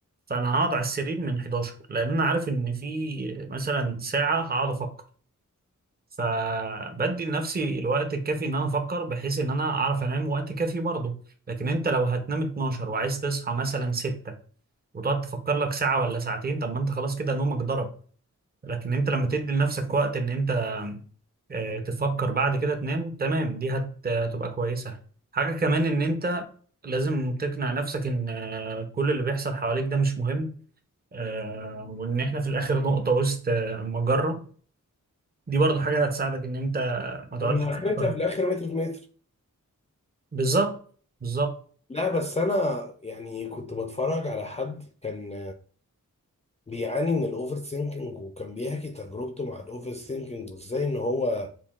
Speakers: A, on the right; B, on the left.
A: فانا هقعد على السرير من 11 لان انا عارف ان في مثلا ساعة هقعد افكر فبدي لنفسي الوقت الكافي ان انا افكر بحيث ان انا اعرف انام وقت كافي برضه لكن انت لو هتنام 12 وعايز تصحى مثلا 6 وتقعد تفكر لك ساعة ولا ساعتين طب ما انت خلاص كده نومك ضرب لكن انت لما تدي لنفسك وقت ان انت آه، تفكر بعد كده تنام تمام دي هت- هتبقى كويسة حاجة كمان ان انت لازم تقنع نفسك ان آه، كل اللي بيحصل حواليك ده مش مهم آه، وان احنا في الاخر نقطة وسط آه، مجرة دي برضو حاجة هتساعدك إن أنت ما تقعدش
B: أنا
A: تفكر
B: آخرتها في الآخر متر في متر
A: بالظبط بالظبط
B: لا بس أنا يعني كنت بتفرج على حد كان بيعاني من الاوفر ثينكينج وكان بيحكي تجربته مع الاوفر ثينكينج وازاي ان هو